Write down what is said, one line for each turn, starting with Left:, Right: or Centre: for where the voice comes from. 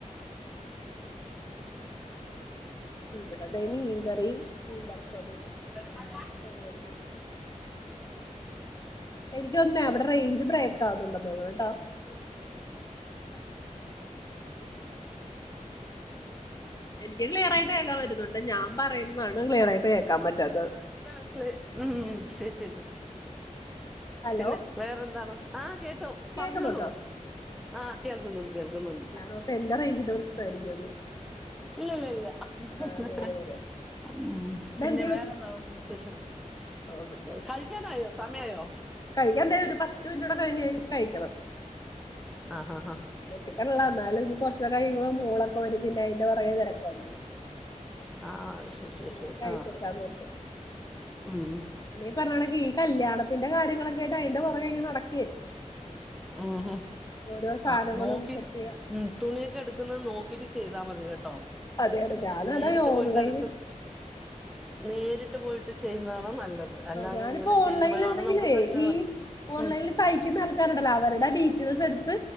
Centre: <unintelligible>
Left: ഇവിടതേ മീൻകറിം, മീൻ വറ്ത്തതും.
Centre: അച്ചാർണ്ട്
Left: അ ഓരത് <unintelligible> എനികൊന്നേ അവിടെ റെയ്ഞ്ച് ബ്രേക്കവുന്നുണ്ടന്ന് തോന്നുന്നുട്ടോ
Centre: <inaudible>
Left: എനിക്ക് ക്ലിയറായിട്ട് കേക്കാൻ പറ്റുന്നുണ്ട് ഞാൻ പറയുന്നണ് ക്ലിയറാ യിട്ട് കേൾക്കാൻ പറ്റാത്ത്
Centre: മനസിലായി മനസ്സിലായി മ്മ്ഹ് ശരി ശരി ശരി
Left: ഹലോ
Centre: പിന്നെ.. വേറെ എന്താണ് ആഹ് കേട്ടു
Left: കേൾക്കുന്നുണ്ടോ
Centre: പറഞ്ഞോളൂ ആഹ് കേൾക്കുന്നുണ്ട് കേൾക്കുന്നുണ്ട്.
Left: ഞാനോർത്ത് എന്റെ റേഞ്ച്ന്റെ പ്രശ്നായിരിക്കുംഎന്ന
Centre: ഇല്ല ഇല്ല ഇല്ല
Left: അതെ അതെ അതെ
Centre: ഉം
Left: ഇതെന്തേ
Centre: പിന്നെ വേറെന്താന്നാ വിശേഷം
Left: ഓ
Centre: കഴിക്കാനായോ സമയയായോ
Left: കഴിക്കൻ എന്തായാലും ഒരു പത്ത് മിൻറ്റുടെ കഴിഞ്ഞയ്ഞ കഴിക്കണം
Centre: ആഹ് ആഹ് ആഹ്
Left: വെശക്ക്ണ്ള്ള എന്നാലും ഇനി കൊറച്ചൂടെ കഴിമ്പം മൂളൊക്കെ വരും പിന്നെ അയിന്റെ പുറകെ തെരക്കായിരിക്കും
Centre: ആഹ് ശരി ശരി ശരി
Left: മുമ്പ് കഴിച്ചേക്കാന്നോർത്തു
Centre: ആഹ് ഉം
Left: പർഞ്ഞ്ണെങ്കി ഈ കല്യാണത്തിന്റെ കാര്യങ്ങളൊക്ക ആയിട്ട് അയ്ന്റെ പുറകെ ഇങ്ങനെ നടക്കേ
Centre: ഉം ഹും
Left: ഓരോ സാധനങ്ങളും
Centre: ആഹ് നോക്കിട്ട്
Left: സെറ്റ് ചെയ്യാ
Centre: ഉം തുണിയൊക്കെ എടുക്കുന്നത് നോക്കിട്ട് ചെയ്താൽ മതി കേട്ടോ
Left: അതെ അതെ ഞാനതാ
Centre: നേരിട്ട്
Left: ഓൺലൈന്
Centre: പോയിട്ട് എടുക്കുന്ന നേരിട്ട് പോയിട്ട് ചെയ്യുന്നതാണ് നല്ലത് അല്ലാതെ
Left: ഞാനിപ്പോ
Centre: ഇങ്ങനെ
Left: ഓൺലൈനിലാണെങ്കിലേ
Centre: ചെയ്യുമ്പോഴാണ് നമുക്ക് പ്രശ്നങ്ങള്
Left: ഈ ഓൺലൈനിൽ
Centre: ഉം
Left: തയ്ക്കുന്ന ആൾക്കാരുണ്ടല്ലോ അവരുടെ ഡീറ്റയ്ൽസ് എടുത്ത്